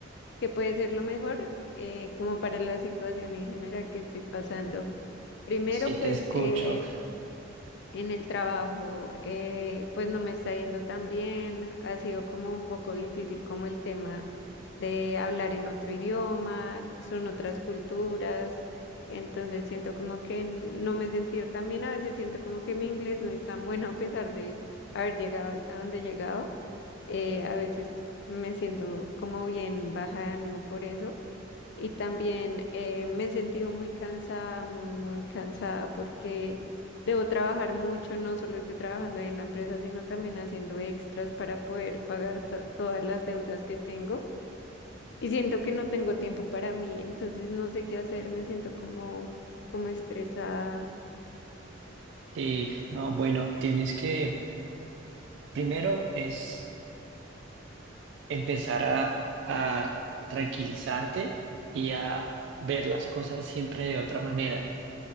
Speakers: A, on the left (about 60°); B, on the right (about 65°).
A: qué puede ser lo mejor eh, como para la situación en general que estoy pasando. Primero,
B: Sí,
A: pues
B: te escucho.
A: eh, En el trabajo, eh, pues no me está yendo tan bien, ha sido como un poco difícil como el tema de hablar en otro idioma, son otras culturas, entonces siento como que n- no me he sentido tan bien, a veces siento como que mi inglés no es tan bueno a pesar de haber llegado hasta donde he llegado, eh, a veces me siento como bien baja de ánimo por eso y también eh, me he sentido muy cansada, muy, muy cansada porque debo trabajar mucho, no solo estoy trabajando ahí en la empresa, sino también haciendo extras para poder pagar to- todas las deudas que tengo y siento que no no tengo tiempo para mí entonces no sé qué hacer me siento como como estresada
B: Sí, no, bueno, tienes que, primero es empezar a, a tranquilizarte y a ver las cosas siempre de otra manera.